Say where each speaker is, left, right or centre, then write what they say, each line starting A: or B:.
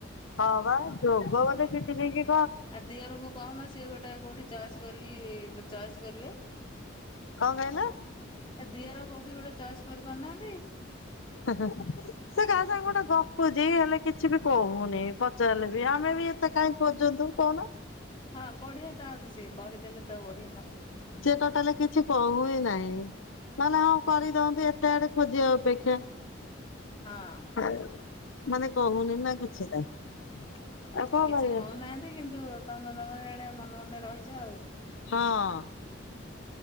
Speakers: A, on the left; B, on the left.
A: ହଁ ବା ଯୋଗ ବଧେ ଫିଟିନେଇକି
B: ଆଉ ଦିଅରଙ୍କୁ କହୁନ ସିଏ ଗୋଟେ କୋଉଠି ଚଏସ୍ କରିକି ଚଏସ୍ କରିବେ।
A: କଁ କହିଲ?
B: ତା ଦିଅର କୋଉଠି ଗୋଟେ ଚଏସ୍ କରି ପାରୁନାହାନ୍ତି?
A: ହେଁ- ହେଁ। ସେ କା ସାଙ୍ଗେ ଗୋଟେ ଗପୁଚି ହେଲେ କିଛି ବି କହୁନି ପଚାରିଲେ ବି ଆମେ ବି ତେ କାଇଁ ଖୋଜନ୍ତୁ କଉନୁ।
B: ହଁ ବଢିଆ ତ ଆହୁରି ସିଏ କହିଦେଲେ ତ ବଢିଆ ହବ ହୁଁ।
A: ଟୋଟାଲ କି କିଛି କହୁ ହିଁ ନାହିଁ। ନହେଲେ ହଉ କରିଦିଅନ୍ତୁ ଏତେ ଆଡେ ଖୋଜିବା ଅପେକ୍ଷା।
B: ହଁ।
A: ହାଏ ମାନେ କହୁନି ନା କିଛି ନାହିଁ। ଆଉ କଣ
B: କିଛି
A: କରିବା
B: କହୁନାହାନ୍ତି କିନ୍ତୁ ତମେ ତମର ଇଆଡେ ମନେ ମନେ ରହିଚ ଆଉ।
A: ହଁ।